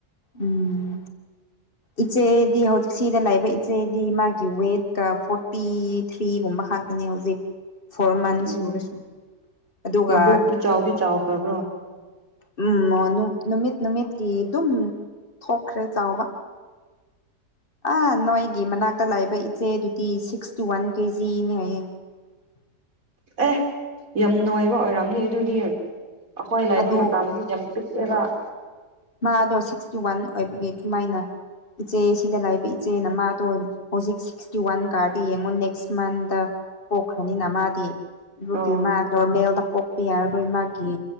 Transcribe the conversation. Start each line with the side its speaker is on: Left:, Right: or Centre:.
Left: ꯎꯝ ꯏꯆꯦꯗꯤ ꯍꯧꯖꯤꯛ ꯁꯤꯗ ꯂꯩꯕ ꯏꯆꯦꯗꯤ ꯃꯥꯒꯤ ꯋꯦꯠꯀ ꯐꯣꯔꯇꯤ ꯊ꯭ꯔꯤꯒꯨꯝꯕ ꯃꯈꯗꯅꯤ ꯍꯧꯖꯤꯛ ꯐꯣꯔ ꯃꯟꯁ
Right: ꯎꯝ
Left: ꯁꯨꯔꯁꯨ ꯑꯗꯨꯒ
Right: ꯃꯕꯨꯛꯇꯤ ꯆꯥꯎꯗꯤ ꯆꯥꯎꯈ꯭ꯔꯕ꯭ꯔꯣ
Left: ꯎꯝ ꯅꯨꯃꯤꯠ ꯅꯨꯃꯤꯠ ꯤ ꯑꯗꯨꯝ ꯊꯣꯛꯈ꯭ꯔꯦ ꯆꯥꯎꯕ ꯑꯥ ꯅꯣꯏꯒꯤ ꯃꯅꯥꯛꯇ ꯂꯥꯛꯏꯕ ꯏꯆꯦꯗꯨꯗꯤ ꯁꯤꯛꯁ ꯇꯨ ꯋꯥꯟ ꯀꯦꯖꯤꯅꯦ ꯍꯥꯏꯌꯦ <unintelligible>
Right: ꯑꯦ ꯌꯥꯝ ꯅꯨꯡꯉꯥꯏꯕ ꯑꯣꯏꯔꯝꯅꯤ ꯑꯗꯨꯗꯤ ꯑꯩꯈꯣꯏ ꯂꯥꯏꯕ
Left: ꯑꯗꯨ
Right: ꯃꯇꯝꯗꯤ ꯌꯥꯝꯤ ꯑꯦꯔꯥꯛ
Left: ꯃꯥꯗꯣ ꯁꯤꯛꯁꯇꯤ ꯋꯥꯟ ꯑꯣꯏꯕꯒꯤꯦ ꯀꯃꯥꯏꯅ ꯏꯆꯦ ꯁꯤꯗ ꯂꯥꯛꯕ ꯏꯆꯦꯅꯃꯗꯣ ꯍꯧꯖꯤꯛ ꯁꯤꯛꯁꯇꯤ ꯋꯥꯟ ꯀꯥꯔꯗ ꯌꯦꯡꯉꯣ ꯅꯦꯛꯁ ꯃꯟꯇ ꯄꯣꯛꯈ꯭ꯔꯅꯤꯅ ꯃꯥꯗꯤ ꯑꯗꯨꯒꯤ
Right: ꯑꯥ
Left: ꯃꯥ ꯅꯣꯔꯃꯦꯜꯗ ꯌꯥꯔꯔꯣꯏ ꯃꯥꯒꯤ